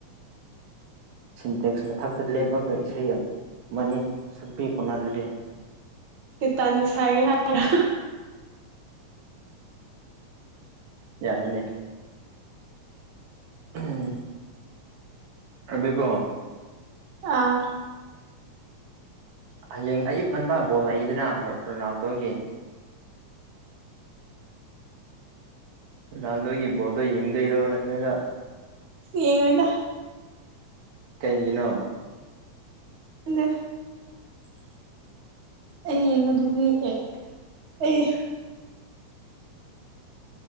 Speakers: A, on the right; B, on the right.
A: ꯁꯤꯟꯇꯦꯛꯁ ꯃꯊꯛꯇ ꯂꯦꯞꯂꯒ ꯏꯁꯩ ꯑꯃ ꯃꯅꯤ ꯁꯛꯄꯤ ꯀꯣꯅ ꯑꯗꯨꯗꯤ
B: ꯇꯤꯇꯅꯤꯛ ꯁꯥꯒꯦ ꯍꯥꯏꯔꯣ
A: ꯌꯥꯏꯅꯦ ꯎꯝ ꯑꯗꯨ ꯀꯣ
B: ꯑꯥ
A: ꯍꯌꯦꯡ ꯑꯌꯨꯛ ꯉꯟꯇꯥ ꯕꯣꯜ ꯂꯩꯗꯅ ꯔꯣꯅꯥꯜꯗꯣꯒꯤ ꯔꯣꯅꯥꯜ ꯗꯣ ꯕꯣꯜꯗꯣ ꯌꯦꯡꯗꯣꯏꯔ ꯅꯠꯇ꯭ꯔꯒ
B: ꯌꯦꯉꯣꯏꯗ
A: ꯀꯩꯒꯤꯅꯣ
B: <unintelligible>
A: <inaudible>
B: ꯑꯩ ꯌꯦꯡꯉꯨꯗꯕꯤ ꯑꯦ ꯑꯩ